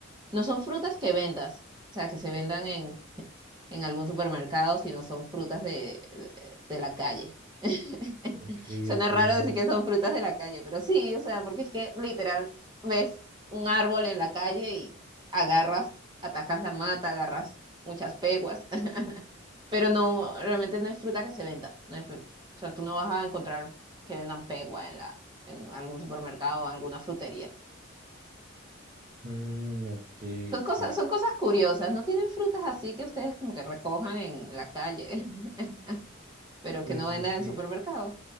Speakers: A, on the right (about 20°); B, on the right (about 40°).
A: no son frutas que vendas, o sea, que se vendan en, en algún supermercado, sino son frutas de, de, de la calle. <laughs>
B: Ok,
A: Suena
B: ok,
A: raro
B: no.
A: decir que son frutas de la calle, pero sí, o sea, porque es que literal ves un árbol en la calle y agarras, atacas la mata, agarras muchas peguas, <laughs> pero no, realmente no es fruta que se venda. no es- o sea, tú no vas a encontrar que vendan pegua en la, en algún supermercado o alguna frutería.
B: Mm, ok,
A: Son
B: ok.
A: cosas, son cosas curiosas, no tienen frutas así que ustedes como que recojan en la calle, <laughs> pero
B: Pues
A: que no vendan
B: es que
A: en supermercados.